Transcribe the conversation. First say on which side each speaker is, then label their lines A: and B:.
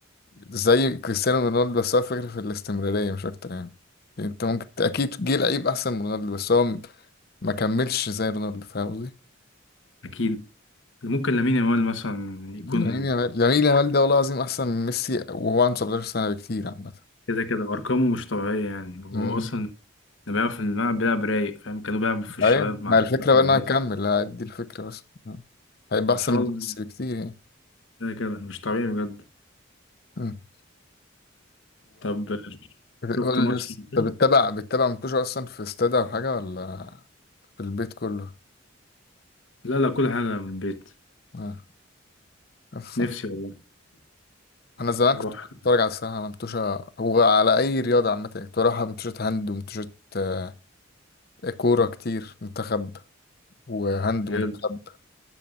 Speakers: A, on the left; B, on the left.
A: زي كريستيانو رونالدو بس هو الفكرة في الاستمرارية مش أكتر يعني يعني أنت ممكن ت- أكيد جه لعيب أحسن من رونالدو بس هو م- ما كملش زي رونالدو فاهم قصدي؟
B: اكيد ممكن لامين يامال مثلا يكون
A: لامين يامال لامين يامال ده والله العظيم أحسن من ميسي وهو عنده 17 سنة بكتير عامة
B: كده كده ارقامه مش طبيعيه يعني هو
A: أمم.
B: اصلا اللي بيلعب في الملعب بيلعب رايق فاهم كانوا بيلعبوا في الشباب
A: أيوة
B: مع
A: ما
B: الشباب
A: الفكرة
B: في
A: بقى
B: المدرسه
A: إن هو هيكمل دي الفكرة بس آه. هيبقى
B: ان
A: أحسن
B: شاء
A: من
B: الله
A: ميسي بكتير يعني
B: كده كده مش طبيعي بجد
A: مم.
B: طب
A: وقول
B: شفت ماتش
A: لي بس،
B: البيت؟
A: انت بتتابع بتتابع منتوج اصلا في استاد او حاجه ولا في البيت كله
B: لا لا كل حاجه من البيت
A: آه. <laughs>
B: نفسي والله
A: انا زمان
B: اروح
A: كنت بتفرج على السباحه على منتوشه وعلى اي رياضه عامه يعني كنت بروح على منتوشه هاند ومنتوشه آه، كوره كتير منتخب وهاند
B: بجد
A: منتخب